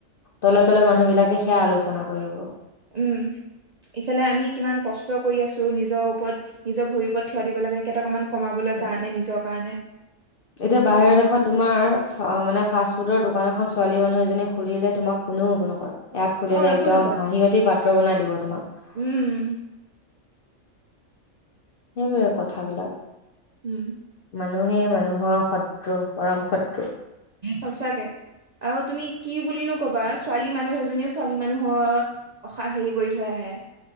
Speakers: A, on the left (about 55°); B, on the right (about 50°).
A: তলে তলে মানুহ বিলাক সেইয়া আলোচনা কৰিব।
B: উম। ইফালে আমি কিমান কষ্ট কৰি আছো, নিজৰ ওপৰত নিজৰ ভৰিৰ ওপৰত থিয় দিব লাগে। কেইটকামান কমাবলৈ
A: সেইটোৱে
B: কাৰণে নিজৰ কাৰণে।
A: এতিয়া বাহিৰৰ দেশত তোমাৰ মানে ফাষ্ট ফুডৰ দোকান এখন ছোৱালী মানুহ এজনী খুলিলে তোমাক কোনও একো নকয়, ইয়াত খুলিলে
B: অ একো
A: একদম
B: নকয়
A: হাঁহিয়তি পাত্ৰ বনাই দিব তোমাক।
B: উম।
A: সেইবোৰে কথাবিলাক।
B: উম
A: মানুহেই মানুহৰ শত্ৰু পৰম শত্ৰু।
B: সঁচাকে, আৰু তুমি কি বুলি নো ক'বা ছোৱালী মানুহ এজনীও ছোৱালী মানুহৰ অসাহ হেৰি কৰি থৈ আহে।